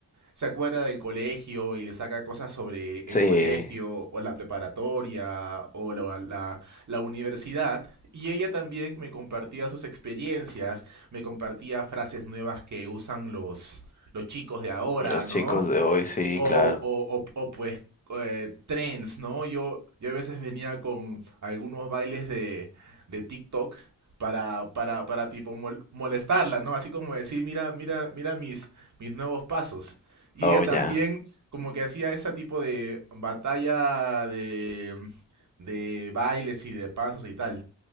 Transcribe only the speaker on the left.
Sí,
los
chicos de hoy, sí,
claro.
Oh,
ya.